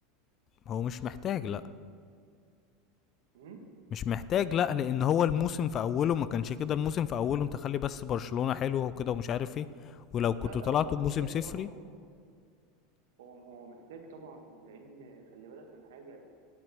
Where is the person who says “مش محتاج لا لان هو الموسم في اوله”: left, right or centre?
Left